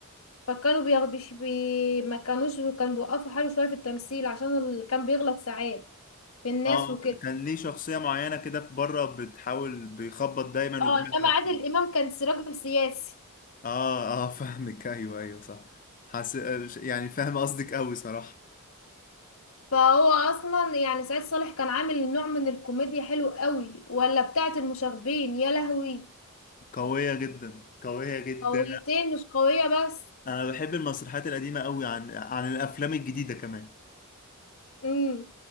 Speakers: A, on the left (about 70°); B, on the left (about 35°).
A: فكانوا بيغبش بي... ما كانوش كانوا بيوقفوا حاله شوية في التمثيل عشان ال... كان بيغلط ساعات في الناس
B: اه
A: وكده
B: ك- كان ليه شخصيه معينه كده في بره بتحاول بيخبط دايما
A: اه
B: وبيعمل
A: انما
B: حاجات
A: عادل
B: كده.
A: امام كان س- راجل سياسي
B: اه اه <laughs> فاهمك ايوه ايوه صح حس... يعني فاهم قصدك قوي صراحه
A: فهو اصلا يعني سعيد صالح كان عامل نوع من الكوميديا حلو قوي ولا بتاعة المشاغبين يا لهوي
B: قويه جدا قويه جدا
A: قويتين مش قوية بس
B: انا بحب المسرحيات القديمه قوي عن عن الافلام الجديده كمان
A: امم